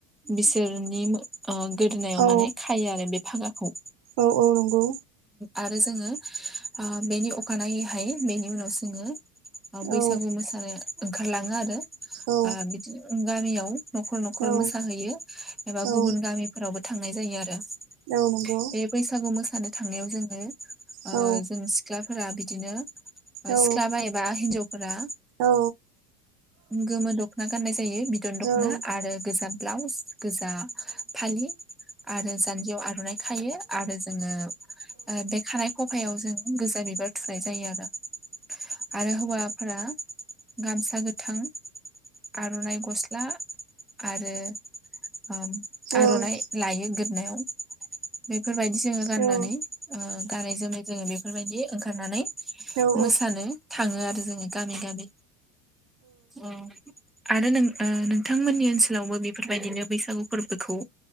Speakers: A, in the centre; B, on the right (about 70°).
A: बिसोरनि मो गोदोनायाव
B: औ
A: माने खायो आरो बे फागाखौ।
B: औ औ नंगौ
A: आरो जोङो बेनि अखानायैहाय बेनि उनाव जोङो बैसागु
B: औ
A: मोसानाय ओंखारलाङो आरो
B: औ
A: बिदि गामियाव। न'खर न'खर
B: औ
A: मोसाहैयो एबा
B: औ
A: गुबुन गामिफोरावबो थांनाय जायो आरो।
B: औ नंगौ
A: बे बैसागु मोसानो थांनायाव जोङो
B: औ
A: ओ जों सिख्लाफोरा बिदिनो
B: औ
A: सिख्लाबा एबा हिन्जावफोरा
B: औ
A: गोमो दख'ना गाननाय जायो बिदन दख'ना
B: औ
A: आरो गोजा ब्लाउस गोजा फालि। आरो जान्जियाव आर'नाइ खायो आरो जोङो बे खानाय खफायाव जों गोजा बिबार थुनाय जायो आरो। आरो हौवाफोरा गामसा गोथां आर'नाइ गस्ला आरो ओब आर'नाइ
B: औ
A: लायो गोदनायाव। बेफोरबायदि जोङो गाननानै
B: औ औ
A: गानै जोमै जोङो बेफोरबायदि ओंखारनानै
B: ओ
A: मोसानो थाङो आरो जोङो गामि गामि ओं। आरो नों नोंथांमोननि ओनसोलावबो बेफोरबायदिनो बैसागु फोरबोखौ